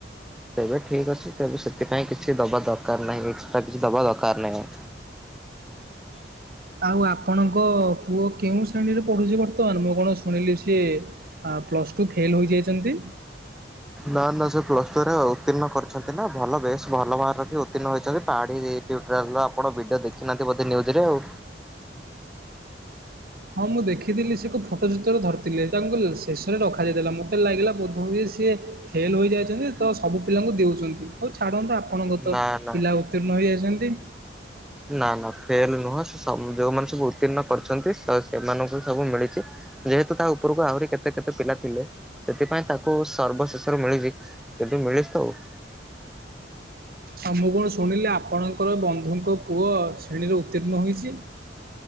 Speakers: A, in the centre; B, on the right (about 55°).
A: ତେବେ ଠିକ୍ ଅଛି ତେବେ ସେଥିପାଇଁ କିଛି ଦବା ଦରକାର ନାହିଁ ଏକ୍ସଟ୍ରା କିଛି ଦବା ଦରକାର ନାହିଁ।
B: ଆଉ ଆପଣଙ୍କ ପୁଅ କେଉଁ ଶ୍ରେଣୀରେ ପଢୁଛି ବର୍ତ୍ତ ତମାନ ମୁଁ କଣ ଶୁଣିଲି ସିଏ ଆଁ ପ୍ଲସ ଟୁ ଫେଲ ହୋଇଯାଇଚନ୍ତି।
A: ନା ନା ସେ ପ୍ଲସ୍ ଟୁରେ ଉତ୍ତୀର୍ଣ୍ଣ କରିଛନ୍ତି ନା ଭଲ ବେଶ ଭଲ ମାର୍କ ରଖି ଉତ୍ତୀର୍ଣ ହୋଇଚନ୍ତି ପାଢିରେ। ଟ୍ୟୁ୍ଟରାଲର ଆପଣ ଭିଡିଓ ଦେଖିନାହାନ୍ତି ବୋଧେ ନ୍ୟୁଜରେ ଆଉ।
B: ହଁ ମୁଁ ଦେଖିଥିଲି ସେ ଏକ ଫୋଟୋ ଚିତ୍ର ଧରିଥିଲେ ତାଙ୍କୁ ଲ ଶେଷରେ ରଖାଯାଇଥିଲା ମତେ ଲାଗିଲା ବୋଧ ହୁଏ ସିଏ। ଫେଲ୍ ହୋଇଯାଇଚନ୍ତି ତ ସବୁ ପିଲାଙ୍କୁ ଦେଉଚନ୍ତି। ହଉ ଛାଡନ୍ତୁ ଆପଣଙ୍କ ତ
A: ନା ନା
B: ପିଲା ଉତ୍ତୀର୍ଣ୍ଣ ହୋଇଯାଇଚନ୍ତି।
A: ନାଁ ନାଁ ଫେଲ ନୁହଁ ସେ ସ ଉଁ ଯୋଉମାନେ ସବୁ ଉତ୍ତୀର୍ଣ୍ଣ କରିଚନ୍ତି ସ ସେମାନଙ୍କୁ ସବୁ ମିଳିଚି। ଯେହେତୁ ତା ଉପରକୁ ଆହୁରି କେତେ କେତେ ପିଲା ଥିଲେ ସେଥିପାଇଁ ତାକୁ ସର୍ବଶେଷରେ ମିଳିଚି। କିନ୍ତୁ ମିଳିଚି ତ ଆଉ।
B: ଆଉ ମୁଁ କଣ ଶୁଣିଲି ଆପଣଙ୍କର ବନ୍ଧୁଙ୍କ ପୁଅ ଶ୍ରେଣୀରେ ଉତ୍ତୀର୍ଣ୍ଣ ହୋଇଚି।